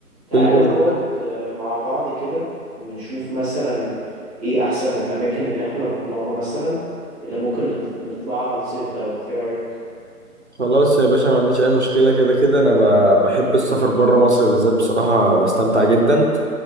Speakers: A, on the right; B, on the right.
A: تعالى
B: قول- قول.
A: نقعد آه، مع بعض كده ونشوف مثلا ايه احسن الاماكن اللي احنا رحناها مثلا اللي ممكن نط- نطلعها الصيف دوت ايه رايك
B: خلاص يا باشا ما عنديش اي مشكله كده كده انا ب- بحب السفر بره مصر بالذات بصراحه بستمتع جدا